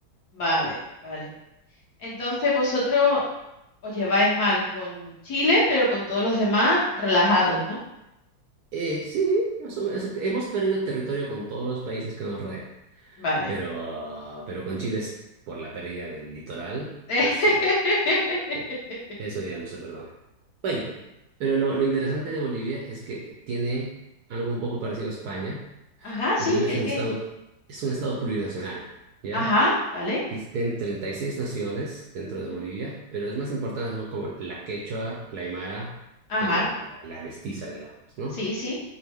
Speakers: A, on the left (about 55°); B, on the right (about 70°).
A: Vale, vale. Entonces vosotros os lleváis mal con Chile, pero con todos los demás relajados, ¿no?
B: Eh, sí, más o menos, hemos perdido territorio con todos los países que nos rodean.
A: Vale.
B: Pero, pero con Chile es por la pérdida del litoral,
A: <laughs>
B: ese, eh, eso ya no se perdona. Bueno, pero lo, lo interesante de Bolivia es que tiene algo un poco parecido a España.
A: Ajá, sí,
B: Bolivia
A: ¿el
B: es un
A: qué?
B: estado, es un estado plurinacional, ¿ya?
A: Ajá, vale.
B: Existen 36 naciones dentro
A: ujú,
B: de Bolivia, pero las más importantes son como la quechua, la aymara,
A: Ajá,
B: bueno, y la, y la mestiza, digamos, ¿no?
A: sí, sí.